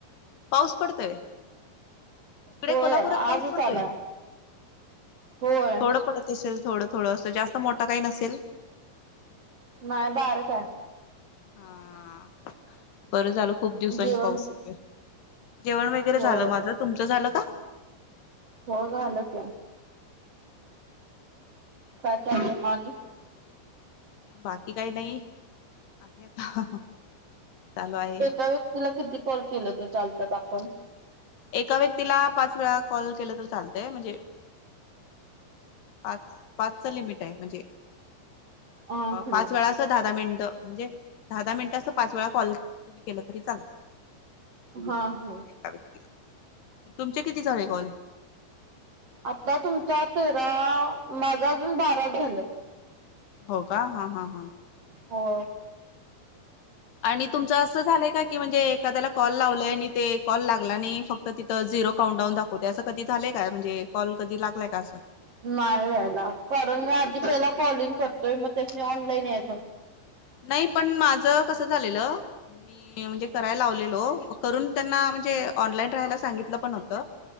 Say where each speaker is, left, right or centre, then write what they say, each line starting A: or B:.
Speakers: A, on the left (about 65°); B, on the right (about 55°).
A: पाऊस पडतोय. इकडे
B: होय
A: कोल्हापुरात
B: आजच
A: पाऊस पडतोय,
B: आलाय होय
A: थोड पडत असेल थोड. थोडंस जास्त मोठं काही नसेल.
B: म बार काय.
A: हा बर झाल. खूप दिवसांनी
B: जेवण
A: पाऊस येतोय. जेवण वगैरे
B: होय
A: झालं माझं तुमचं झालं का?
B: हो झाल की, काय चाललं म आणि.
A: बाकी काही नाही, आणि आता चालू आहे.
B: एका व्यक्तीला किती कॉल केलं त चालतात. आपण?
A: एका व्यक्तीला पाच वेळा कॉल केलं तर चालतय. म्हणजे पाच पाचचं लिमिट आहे म्हणजे
B: हा हम्म
A: पाच वेळा अस दहा दहा मिनटं म्हणजे दहा दहा मिनिट अस पाच वेळा कॉल तुम्ही केलं तरी चालते
B: हा हम्
A: एका व्यक्तीला तुमचे किती झाले कॉल
B: आता तुमचा तेरा मागा अजून बाराच झालं
A: हो का हा हा हा
B: हो
A: आणि तुमचं असं झालंय का की म्हणजे एखाद्याला कॉल लावलंय आणि ते कॉल लागला आणि फक्त तिथं झिरो काउंट डाऊन दाखवते असं कधी झालंय का म्हणजे कॉल कधी लालाय का असं
B: नाव लिहायला कारण मी आधी पहिला कॉलिंग करतोय मग त्यास म ऑनलाईन यायच...
A: नाही पण माझ कस झालेलं मी म्हणजे करायला लावलेलो करून त्यांना म्हणजे ऑनलाईन राहायला सांगितलं पण होत